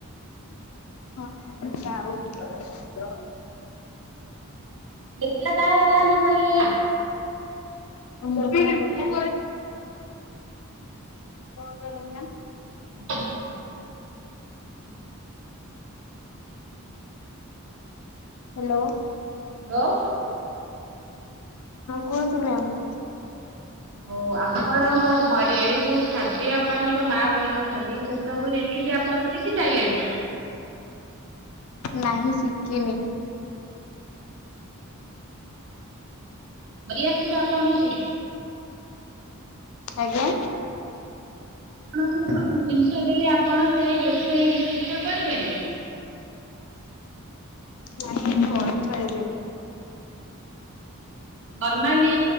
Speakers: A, on the left; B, on the right.
A: ହଁ ହଁ କାଉ।
B: ମିଥ୍ୟା କାହାର ବାହାନ କହିଲେ?
A: <unintelligible>
B: ହ ହଁ
A: କଣ କହିଲ ମ୍ୟାମ୍?
B: <inaudible>
A: ହାଲୋ।
B: ବଉ
A: ହଁ କୁହନ୍ତୁ ମ୍ୟାମ୍?
B: ହଉ ଆପଣଙ୍କ ଘରେ ଯୋଉ ଖାଦ୍ୟ ଆପଣଙ୍କ ମା ବନଉଚନ୍ତି ସେ ସବୁ ରିସିପି ଆପ୍ ପଣ ଶିଖି ସାଇଲେଣି?
A: ନାହିଁ ଶିକିନି।
B: ହ ହ ଭରି ଆସିବ ଆପଣଙ୍କୁ?
A: ଆଜ୍ଞା।
B: ଆପଣଙ୍କୁ ସବୁ ଜିନିଷ ଦେଲେ ଆପଣ ସେଇ ରୋଷେଇ ରିସିପି ଟା କରିପାରିବେ?
A: ନାହିଁ କରି ପାରିବିନି।
B: ନର୍ମାଲି